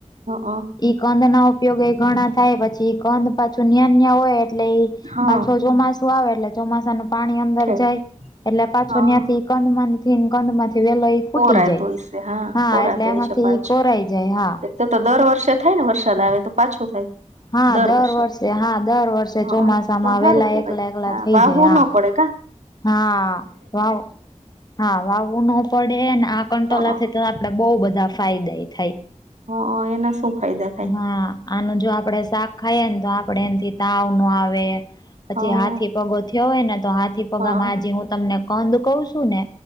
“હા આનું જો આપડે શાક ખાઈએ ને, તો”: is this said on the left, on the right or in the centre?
Left